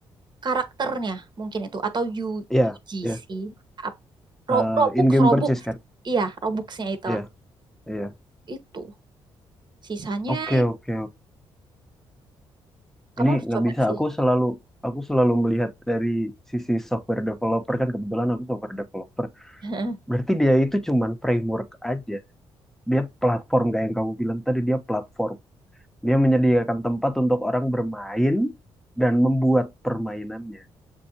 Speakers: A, on the right (about 40°); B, in the centre.
A: karakternya mungkin itu atau U-
B: Iya,
A: UGC
B: iya.
A: Ap- Ro-
B: Eh,
A: Robux
B: in-game
A: Robux
B: purchase kan?
A: iya Robuxnya itu
B: Iya, iya.
A: itu sisanya
B: Oke, oke, oke.
A: kamu
B: Ini
A: harus
B: nggak
A: coba
B: bisa.
A: sih
B: Aku selalu aku selalu melihat dari sisi software developer kan kebetulan aku software developer.
A: <laughs>
B: Berarti dia itu cuman framework aja. dia platform kayak yang kamu bilang tadi dia platform dia menyediakan tempat untuk orang bermain dan membuat permainannya